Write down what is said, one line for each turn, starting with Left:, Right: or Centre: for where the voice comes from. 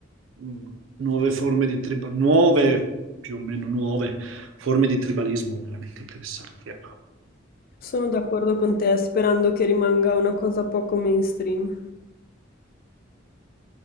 Right: mh, nuove forme di tribalismo, nuove, più o meno nuove forme di tribalismo veramente interessanti, ecco.
Left: Sono d'accordo con te, sperando che rimanga una cosa poco mainstream.